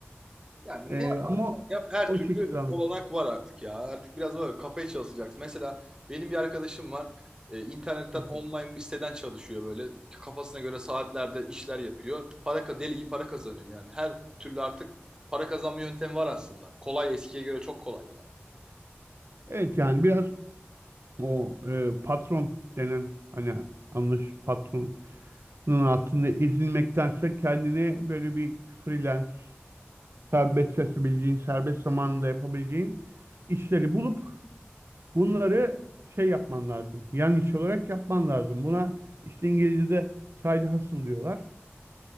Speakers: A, on the right; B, on the right.
A: yani
B: Ee,
A: ne
B: ama
A: Ya her
B: o
A: türlü
B: şekilde anlatıyor.
A: olanak var artık ya. Artık biraz da böyle kafaya çalışacaksın. Mesela benim bir arkadaşım var. E, internetten
B: Hı hı.
A: online bir siteden çalışıyor böyle. Kafasına göre saatlerde işler yapıyor. Para ka- deli gibi para kazanıyor yani. Her türlü artık para kazanma yöntemi var aslında. Kolay eskiye göre çok kolay yani.
B: Evet yani biraz o e, patron denen hani anlaş patronun altında ezilmektense kendine böyle bir freelance serbest çalışabileceğin, serbest zamanında yapabileceğin işleri bulup bunları şey yapman lazım. Yan iş olarak yapman lazım. Buna işte İngilizce'de side hustle diyorlar.